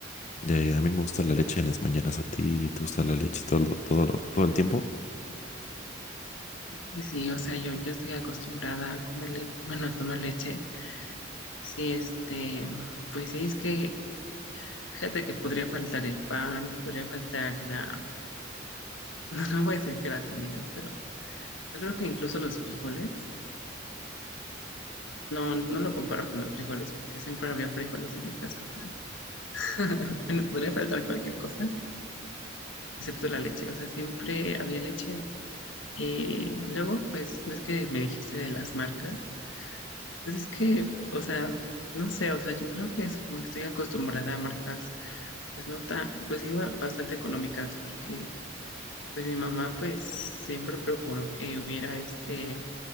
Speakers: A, on the left (about 40°); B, on the left (about 85°).
A: Eh, a mí me gusta la leche en las mañanas, a ti te gusta la leche todo, el- todo, todo el tiempo.
B: Es que sí, o sea, yo, yo estoy acostumbrada a comer leche, bueno, a tomar leche. Sí, este, pues sí, es que fíjate que podría faltar el pan, podría faltar la, <laughs> no no voy a decir que la comida, pero yo creo que incluso los frijoles No, no lo comparo con los frijoles, porque siempre había frijoles en mi casa. Pero... <laughs> bueno, podría faltar cualquier cosa, excepto la leche. O sea, siempre había leche. Y luego, pues, ves que me dijiste de las marcas. Pues es que, o sea, no sé, o sea, yo creo que es como que estoy acostumbrada a marcas, pues no tan, pues iba bastante económicas, porque pues mi mamá pues siempre procuró que hubiera este,